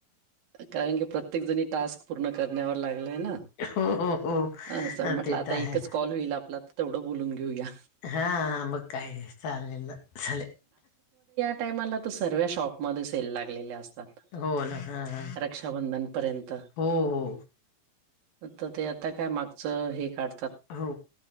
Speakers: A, on the right; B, on the left.
A: कारण की प्रत्येक जणी टास्क पूर्ण करण्यावर लागलेय ना
B: हो हो हो
A: असं म्हटलं
B: ते
A: आता
B: तर
A: एकच
B: ह
A: कॉल होईल आपला तर तेवढं बोलून घेऊया
B: हा आ ब काय चाग ना सले
A: त्या टाइमाला तो सर्व्या शॉपमध्ये सेल लागलेल्या असत
B: हो ना. हां, हां.
A: रक्षाबंधन पर्यंत
B: हो, हो.
A: तर ते आता काय मागचं हे काढत
B: हो